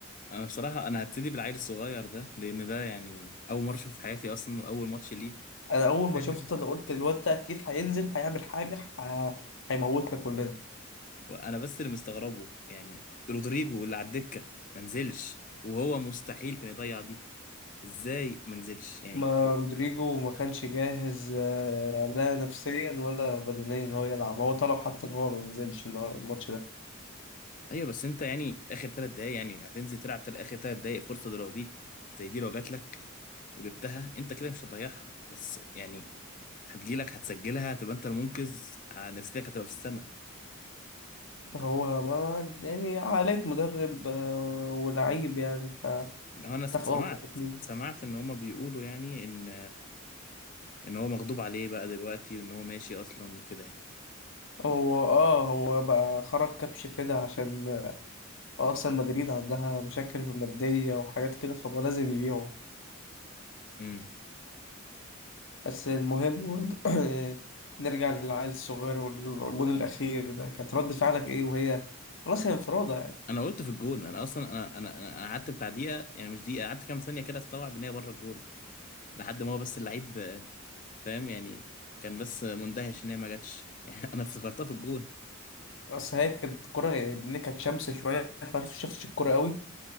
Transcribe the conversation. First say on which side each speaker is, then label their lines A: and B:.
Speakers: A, on the left; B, on the left.
A: انا بصراحه انا هبتدي بالعيل الصغير ده لان ده يعني اول مره اشوفه في حياتي اصلا واول ماتش ليه
B: انا اول ما
A: فاهم
B: شفت انا قلت الواد ده اكيد هينزل هيعمل حاجة ه... هيموتنا كلنا
A: وانا بس اللي مستغربه يعني رودريجو اللي على الدكه ما نزلش وهو مستحيل كان يضيع دي ازاي ما نزلش يعني
B: ما رودريجو ما كانش جاهز آه، لا نفسيا ولا بدنيا ان هو يلعب هو طلب حتى ان هو ما ينزلش النهار- الماتش ده
A: ايوه بس انت يعني اخر ثلاث دقايق يعني هتنزل تلعب تل- اخر ثلاث دقايق فرصه دي لو دي زي دي لو جات لك وجبتها انت كده مش هتضيعها بس يعني هتجيلك هتسجلها هتبقى انت المنقذ ه- نفسيتك هتبقى في السماء
B: هو ما يعني عقلية مدرب آه، ولعيب يعني فاتفقوا
A: هو انا س- سمعت
B: هما الاثنين
A: سمعت ان هما بيقولوا يعني ان ان هو مغضوب عليه بقى دلوقتي وان هو ماشي اصلا وكده يعني
B: هو اه هو بقى خرج كبش فدا عشان اصلا مدريد عندها مشاكل مادية وحاجات كده فما لازم يبيعوا
A: امم
B: بس المهم برضه <coughs> <clears throat> نرجع للعيل الصغير والجون الأخير ده كانت رد فعلك ايه وهي خلاص هي انفرادة يعني.
A: انا قلت في الجون انا اصلا انا انا انا أنا قعدت بتاع دقيقه يعني مش دقيقه قعدت كام ثانيه كده استوعب ان هي بره الجون لحد ما هو بس اللعيب آه، فاهم يعني كان بس مندهش ان هي ما جاتش <laughs> يعني انا افتكرتها في الجون
B: اصل هي كانت الكوره ان كانت شمس شويه فما شفتش الكوره قوي